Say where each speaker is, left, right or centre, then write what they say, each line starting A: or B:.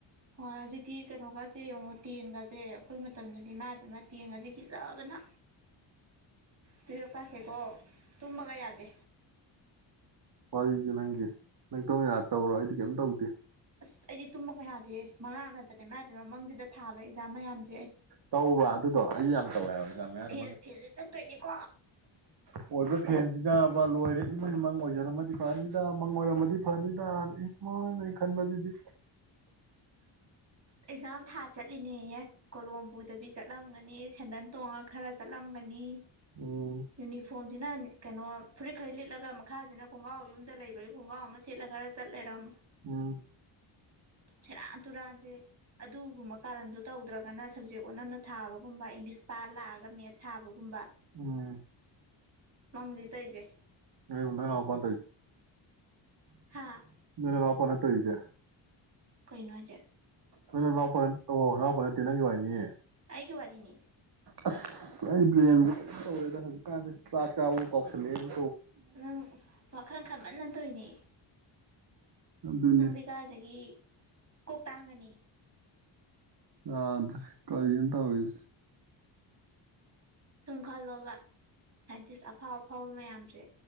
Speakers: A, on the right (about 35°); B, on the right (about 55°).
A: ꯍꯣꯏ ꯑꯗꯨ ꯀ ꯀꯣ ꯑꯣ ꯇꯦꯟꯀ ꯆꯁꯦ ꯑꯩꯈꯣꯏ ꯃꯇꯝꯗꯗꯤ ꯏꯕ ꯑꯃ ꯇꯦꯡꯉꯗꯒꯤ ꯆꯕꯅ ꯇꯨꯌꯦꯜꯞ ꯀꯁꯦꯀꯣ ꯇꯨꯝꯃꯒ ꯌꯥꯗꯦ
B: ꯋꯥꯔꯤꯗꯨ ꯅꯪꯒꯤ ꯅꯪ ꯇꯧꯃꯤꯔꯥ ꯇꯧꯔꯣ ꯑꯩꯗꯤ ꯀꯩꯝ ꯇꯧꯗꯦ
A: ꯑꯁ ꯑꯩꯗꯤ ꯇꯨꯝꯕ ꯀꯌꯥ ꯌꯥꯗꯦ ꯃꯉꯛ ꯅꯠꯇꯅ ꯃꯥꯏꯕ ꯃꯃꯥꯡꯁꯤꯗ ꯊꯥꯕ ꯑꯦꯛꯖꯥꯝ ꯃꯌꯥꯝꯁ
B: ꯇꯧꯕ꯭ꯔꯥ ꯑꯗꯨꯗꯣ ꯑꯩ ꯌꯥꯝ ꯇꯧꯋꯦ ꯖꯥ ꯃꯌꯥꯗ
A: ꯐꯦꯜ ꯐꯦꯜꯁꯦ ꯆꯠꯇꯣꯏꯅꯤꯀꯣ
B: ꯑꯣꯏꯕ ꯐꯦꯟꯁꯤꯅ ꯑꯃ ꯂꯣꯏꯔꯦ ꯏꯃꯩ ꯃꯪ ꯑꯣꯏꯖꯔꯝꯃꯗꯤ ꯐꯅꯤꯗ ꯃꯪ ꯑꯣꯏꯔꯝꯃꯗꯤ ꯐꯅꯤꯗ ꯏꯃꯪ ꯑꯣꯏꯃꯩ ꯈꯟꯕꯗꯨꯗꯤ
A: ꯑꯦꯖꯥ ꯊꯥ ꯆꯠꯂꯤꯅꯦꯌꯦ ꯀꯣꯂꯣꯝꯕꯨꯗ ꯆ ꯆꯠꯂꯝꯒꯅꯤ ꯁꯦꯟꯗꯟ ꯇꯣꯡꯉ ꯈꯔ ꯆꯠꯂꯝꯒꯅꯤ
B: ꯎꯝ
A: ꯌꯨꯅꯤꯐꯣꯔꯝꯁꯤꯅ ꯀꯩꯅꯣ ꯐꯨꯔꯤꯠꯈꯩ ꯂꯤꯠꯂꯒ ꯃꯈꯥꯁꯤꯅ ꯈꯣꯡꯒꯥꯎ ꯌꯨꯝꯗ ꯂꯩꯕ ꯈꯣꯡꯒꯥꯎ ꯑꯃ ꯁꯤꯠꯂꯒ ꯆꯠꯂꯔꯝ
B: ꯎꯝ
A: ꯁ ꯔꯥ ꯇꯔꯥꯖꯦ ꯑꯗꯨꯒꯨꯝꯕ ꯀꯥꯔꯟꯗꯨ ꯇꯧꯗ꯭ꯔꯒꯅ ꯁꯞꯖꯦꯛ ꯑꯣꯟꯅꯅ ꯊꯥꯕꯒ ꯀꯨꯝꯕ ꯏꯂꯤꯁ ꯄꯥꯂꯑ ꯃꯦꯠ ꯊꯥꯕꯒꯨꯝꯕ
B: ꯎꯝ
A: ꯐꯪꯗꯤ ꯇꯔꯤꯁꯦ
B: ꯅꯣꯏ ꯅꯣꯏ ꯅꯅꯥꯎꯄꯥꯅ
A: ꯍꯥꯥ
B: ꯅꯅꯅꯄꯅꯦ ꯇꯔꯤꯖ
A: ꯀꯩꯅꯣꯁꯦ
B: ꯅꯣꯏꯅ ꯂꯥꯛꯄ ꯑꯣ ꯂꯥꯛꯄ ꯅꯠꯇꯦ ꯅꯪꯒꯤ ꯋꯥꯏꯅꯤ
A: ꯑꯩꯏꯒꯤ ꯋꯥꯔꯤꯅꯤ
B: ꯑꯁ ꯑꯩ ꯕ꯭ꯔꯦꯟꯁꯦ ꯀꯩꯅꯣ ꯇꯧꯋꯦꯗ ꯍꯧꯖꯤꯛꯀꯥꯟꯗꯤꯦ ꯆꯥꯛ ꯆꯥꯕꯛ ꯀꯥꯎꯁꯜꯂꯑꯦꯅ
A: ꯅꯪ ꯋꯥ ꯈꯔ ꯈꯃꯪ ꯇꯣꯏꯅꯦ
B: ꯑꯗꯨꯅꯦ
A: ꯅꯪꯗꯤ ꯀꯗꯗꯒꯤ ꯀꯣꯛ ꯇꯥꯡꯒꯅꯤ
B: ꯑꯥꯗ ꯀꯔꯤ ꯌꯦꯗ ꯑꯣꯏ
A: ꯁꯨꯝ ꯈꯜꯂꯣꯕ ꯁꯥꯏꯟꯇꯤꯁ ꯑꯐꯥꯎ ꯑꯐꯥꯎꯕ ꯃꯌꯥꯝꯁꯦ